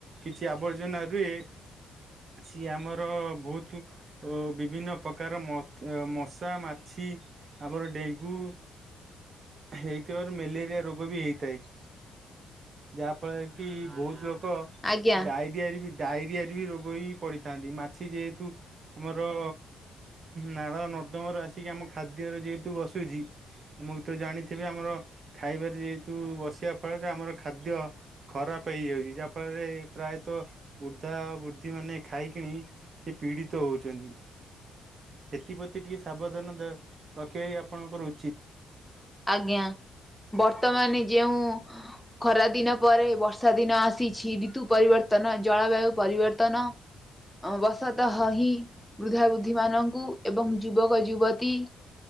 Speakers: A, on the right; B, in the centre.
A: କିଛି ଆବର୍ଜନା ରୁହେ ଛି ଆମର ବହୁତ ଅ ବିଭିନ୍ନ ପ୍ରକାର ମ ମଶା ମାଛି ଆମର ଡେଙ୍ଗୁ ହେଇଥିବାରୁ ମ୍ୟାଲେରିଆ ରୋଗ ବି ହେଇଥାଏ ଯାହା ଫଳରେ କି ବହୁତ ଲୋକ
B: ଆଜ୍ଞା।
A: ଡାଇ ଆରେ ବି ଡାଇରିଆରେ ବି ରୋଗ ହେ ପଡିଥାନ୍ତି ମାଛି ଯେହେତୁ ଆମର ନାଳ ନର୍ଦ୍ଦମାରୁ ଆସିକି ଆମ ଖାଦ୍ୟରେ ଯେହେତୁ ବସୁଚି ମୁଁ ତ ଜାଣିଥିବି ଆମର ଖାଇବାରେ ଯେହେତୁ ବସିବା ଫଳରେ ଆମର ଖାଦ୍ୟ ଖରାପ ହେଇଯାଉଚି ଯାହାଫଳରେ ପ୍ରାୟତଃ ବୃଦ୍ଧା ବୃଦ୍ଧି ମାନେ ଖାଇକିଣି ସେ ପୀଡ଼ିତ ହଉଛନ୍ତି - ସେଥିପତି ଟିକେ ସାବଧାନ ଦେ ରଖିବା ହି ଆପଣଙ୍କର ଉଚିତ୍।
B: ଆଜ୍ଞା, ବର୍ତ୍ତମାନି ଯେଉଁ ଖରା ଦିନ ପରେ ବର୍ଷା ଦିନ ଆସିଛି ରିତୁ ପରିବର୍ତ୍ତନ, ଜଳବାୟୁ ପରିବର୍ତ୍ତନ ବସତ ହ ହି ବୃଦ୍ଧା ବୃଦ୍ଧି ମାନଙ୍କୁ ଏବଂ ଯୁବକ ଯୁବତୀ